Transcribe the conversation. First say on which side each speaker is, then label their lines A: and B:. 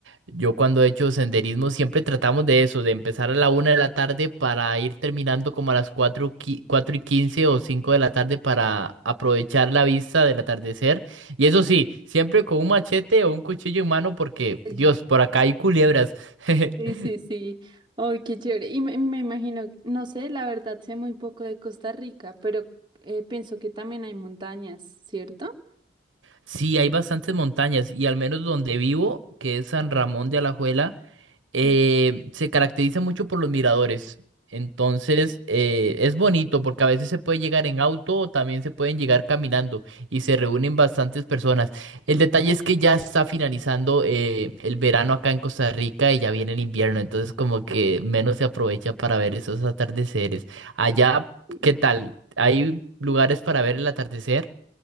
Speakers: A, on the right; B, on the right.
A: Yo cuando he hecho senderismo siempre tratamos de eso, de empezar a la una de la tarde para ir terminando como a las cuatro, cuatro y quince o cinco de la tarde para aprovechar la vista del atardecer. Y eso sí, siempre con un machete o un cuchillo en mano porque,
B: Sí,
A: Dios, por acá hay culebras. <laughs>
B: sí, sí. sí. Ay, qué chévere. Y me, me imagino, no sé, la verdad sé muy poco de Costa Rica, pero eh, pienso que también hay montañas, ¿cierto?
A: Sí, hay bastantes montañas y al menos donde vivo, que es San Ramón de Alajuela. eh,
B: Ujú.
A: se caracteriza mucho por los miradores. Entonces, eh, es bonito porque a veces se puede llegar en auto o también se pueden llegar caminando y se reúnen bastantes personas. El detalle es que ya está finalizando eh, el verano acá en Costa Rica y ya viene el invierno, entonces como que menos se aprovecha para ver esos atardeceres. Allá,
B: Sí,
A: ¿qué tal? ¿Hay lugares para ver el atardecer?